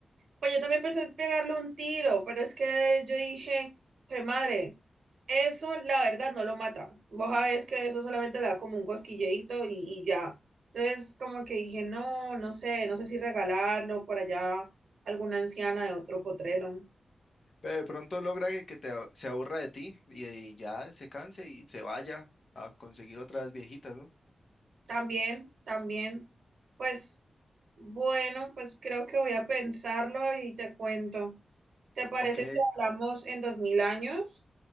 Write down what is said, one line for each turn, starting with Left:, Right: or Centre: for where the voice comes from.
Right: Pues yo también pensé en pegarle un tiro, pero es que yo dije, pues madre, eso la verdad no lo mata. Vos sabés que eso solamente le da como un cosquilleito y, y ya. Entonces como que dije, no, no sé, no sé si regalarlo por allá a alguna anciana de otro potrero.
Left: Pero de pronto logra que, que te, a- se aburra de ti y, y ya se canse y se vaya a conseguir otras viejitas, ¿no?
Right: También, también, pues bueno, pues creo que voy a pensarlo y te cuento. ¿Te parece
Left: Ok,
Right: si hablamos en dos mil años?